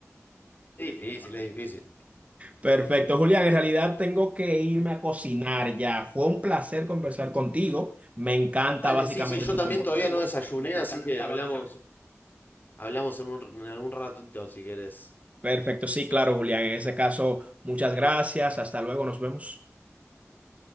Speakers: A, on the left (about 40°); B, on the right (about 25°).
A: Es difícil, es difícil.
B: Perfecto, Julián. En realidad tengo que irme a cocinar ya. Fue un placer conversar contigo. Me encanta
A: Dale,
B: básicamente
A: sí, sí, yo
B: tu
A: también
B: cultura.
A: todavía no desayuné, así que hablamos. Hablamos en un, en algún ratito si querés.
B: Perfecto, sí, claro, Julián. En ese caso, muchas gracias. Hasta luego, nos vemos.